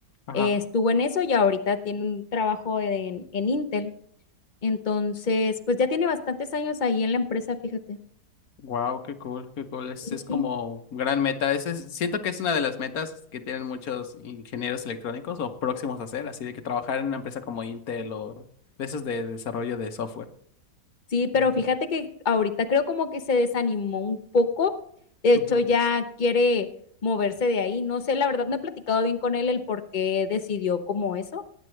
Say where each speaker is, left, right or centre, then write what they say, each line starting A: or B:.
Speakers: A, on the left; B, on the left.
A: Ajá.
B: Eh, estuvo en eso y ahorita tiene un trabajo en, en Intel. Entonces, pues ya tiene bastantes años ahí en la empresa, fíjate.
A: Wow, qué cool, qué cool. Es,
B: Sí.
A: es como gran meta. Ese es- siento que es una de las metas que tienen muchos ingenieros electrónicos o próximos a hacer, así de que trabajar en una empresa como Intel o de esas de desarrollo de software.
B: Sí, pero
A: Ujú,
B: fíjate que ahorita creo como que se desanimó un poco. De hecho,
A: ujú,
B: ya quiere moverse de ahí. No sé, la verdad no he platicado bien con él el por qué decidió como eso,